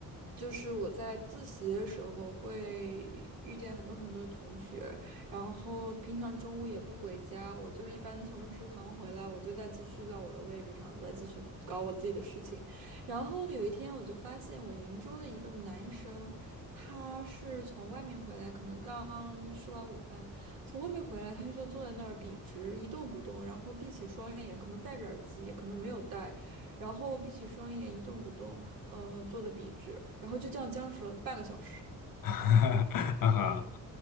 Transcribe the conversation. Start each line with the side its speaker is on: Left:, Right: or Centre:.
Right: 就是我在自习的时候会遇见很多很多的同学，然后平常中午也不回家，我就一般从食堂回来，我就再继续到我的位置上，再继续搞我自己的事情。然后有一天，我就发现我邻桌的一个男生，他是从外面回来，可能刚吃完午饭。从外面回来，他就坐在那儿笔直一动不动，然后闭起双眼，可能戴着耳机，可能没有戴，然后闭起双眼一动不动，嗯、坐的笔直，然后就这样僵持了半个小时。
Left: <laughs> 啊哈